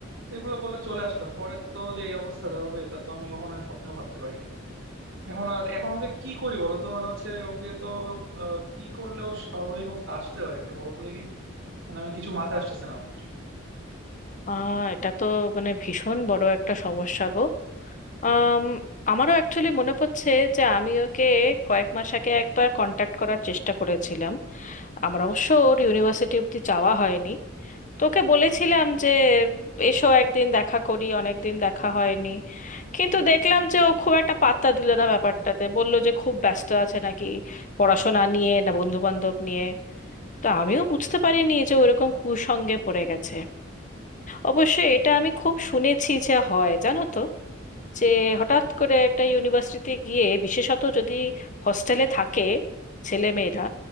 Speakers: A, on the right; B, on the left.
A: তো এগুলো বলে চলে আসলাম পরে তো যে এই অবস্থা তা হবে তা তো আমি কখনো স্বপ্নেও ভাবতে পারি নাই এখন আর এখন ওকে কি করি বলো তো মানে হচ্ছে ওকে তো আহ, কি করলে ও স্বাভাবিক অবস্থা আসতে পারে একটু বলো তো দেখি মানে আমি কিছু মাথায় আসতেছে না আমার
B: আহ এটা তো মানে ভীষণ বড় একটা সমস্যা গো আম, আমারও অ্যাকচুয়ালি মনে পড়ছে যে আমি ওকে কয়েক মাস আগে একবার কন্ট্যাক্ট করার চেষ্টা করেছিলাম আমার অবশ্য ওর ইউনিভার্সিটি অব্দি যাওয়া হয়নি তো ওকে বলেছিলাম যে এসো একদিন দেখা করি অনেক দিন দেখা হয়নি কিন্তু দেখলাম যে ও খুব একটা পাত্তা দিল না ব্যাপারটাতে বলল যে খুব ব্যস্ত আছে নাকি পড়াশোনা নিয়ে না বন্ধু বান্ধব নিয়ে তো আমিও বুঝতে পারিনি যে ওরকম কুসঙ্গে পড়ে গেছে অবশ্য এটা আমি খুব শুনেছি যে হয় জানো তো যে হঠাৎ করে একটা ইউনিভার্সিটিতে গিয়ে বিশেষত যদি হস্টেলে থাকে ছেলেমেয়েরা